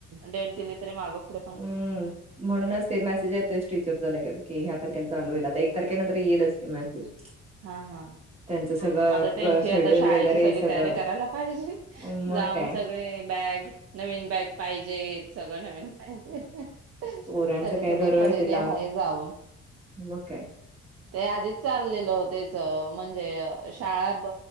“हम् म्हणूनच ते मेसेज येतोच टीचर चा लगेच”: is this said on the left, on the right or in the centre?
Right